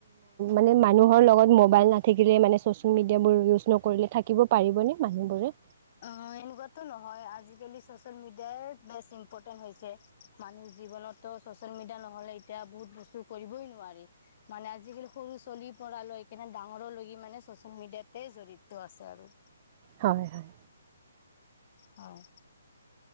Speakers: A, on the right (about 35°); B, on the left (about 40°).
A: মানে মানুহৰ লগত মবাইল নাথাকিলে মানে চচিয়াল মিডিয়াবোৰ ইউজ নকৰিলে থাকিব পাৰিবনে মানুহবোৰে?
B: অ', এনেকুৱাতো নহয় আজিকালি চ'চিয়েল মিডিয়াই বেছ ইম্পৰ্টেণ্ট হৈছে মানুহ জীৱনতো চচিয়েল মিডিয়া নহ'লে এতিয়া বহুত বস্তু কৰিবই নোৱাৰি মানে আজিকালি সৰু চলি পৰা লৈকেনে ডাঙৰলৈকে মানে চচিয়েল মিডিয়াতে জড়িত আছে আৰু।
A: হয়, হয়।
B: হয়।